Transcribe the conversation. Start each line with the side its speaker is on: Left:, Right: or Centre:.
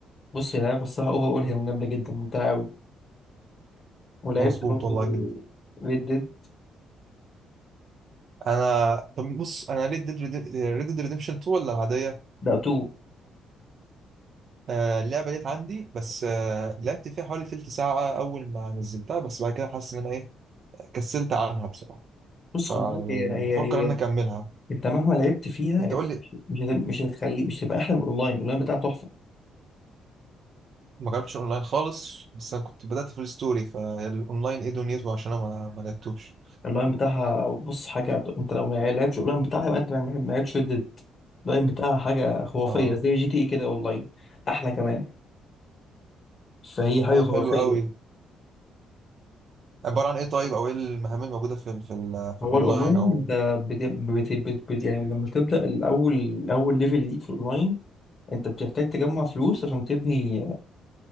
Left: بص يا لعبة الصراحة أوفر أول هي جامدة جدا ممتعة أوي ولعبت
Right: مظبوط
Left: برضه
Right: والله جدا
Left: ريد ديد
Right: انا طب بص انا ريد ديد ريد ديد ريديمشن 2 ولا العاديه
Left: لا تو
Right: آه اللعبه ديت عندي بس آه لعبت فيها حوالي تلت ساعه اول ما نزلتها بس بعد كده حاسس ان انا ايه كسلت عنها بصراحة
Left: بص خد
Right: فبفكر
Left: بالك هي هي
Right: ان
Left: هي
Right: أنا اكملها
Left: أنت مهما لعبت فيها
Right: انت
Left: أنت
Right: قول لي
Left: مش مش هت- مش هتخلي مش هتبقى أحلى من الأونلاين الأونلاين بتاعها تحفة
Right: ما جربتش اونلاين خالص بس انا كنت بدأت في الستوري فالاونلاين ايه دنيته عشان انا ما ما لعبتوش
Left: اللاين بتاعها بص حاجة انت لو ما لعبتش اللاين بتاعها يبقى انت ما ما- ما لعبتش ريد اللاين بتاعها حاجة خرافية
Right: اه
Left: زي جي تي اي كده اونلاين احلى كمان فهي
Right: آه،
Left: حاجة خرافية
Right: حلو قوي عبارة عن ايه طيب او ايه المهام الموجودة في ال في ال في
Left: هو
Right: الاونلاين
Left: الاونلاين
Right: او
Left: انت بت... بت... بت... بت... يعني لما تبدأ الاول اول ليفل ليك في الاونلاين انت بتحتاج تجمع فلوس عشان تبني